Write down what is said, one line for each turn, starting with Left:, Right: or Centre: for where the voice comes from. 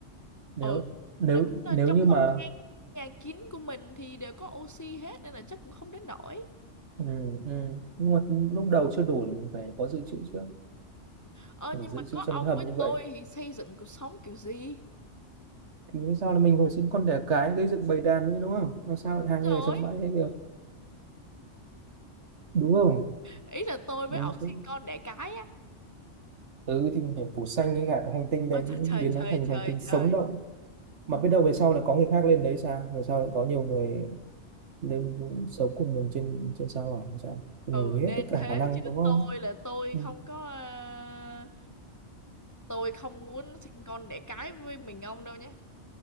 Right: nếu
Left: ừ
Right: nếu
Left: nó cũng là
Right: nếu
Left: trong
Right: như mà
Left: không gian nhà kín của mình thì đều có oxy hết nên là chắc cũng không đến nổi
Right: ừ, ừ. nhưng mà lúc đầu chưa đủ thì mình phải có dự trữ trước
Left: ờ
Right: mình
Left: nhưng
Right: dự
Left: mà
Right: trữ
Left: có
Right: trong
Left: ông
Right: cái hầm
Left: với
Right: như vậy
Left: tôi thì xây dựng cuộc sống kiểu gì
Right: thì vì sao là mình hồi sinh con đẻ cái gây dựng bầy đàn như đúng không mà sao lại hai
Left: rồi
Right: người sống mãi ấy được đúng không
Left: ý là tôi với
Right: ừ,
Left: ông
Right: không.
Left: sinh con đẻ cái á
Right: ừ thì mình phải phủ xanh cái cả cái hành tinh đấy
Left: ôi trời trời
Right: biến nó
Left: trời
Right: thành
Left: trời
Right: một hành tinh sống
Left: trời
Right: động mà biết đâu về sau là có người khác lên đấy sao về sau lại có nhiều người lên sống cùng mình trên trên sao hỏa hay sao mình
Left: ừ
Right: nghĩ
Left: nên
Right: hết tất cả
Left: thế
Right: khả năng
Left: chứ
Right: đúng không
Left: tôi là tôi
Right: Ừ.
Left: không có ờ, tôi không muốn sinh con đẻ cái với mình ông đâu nhé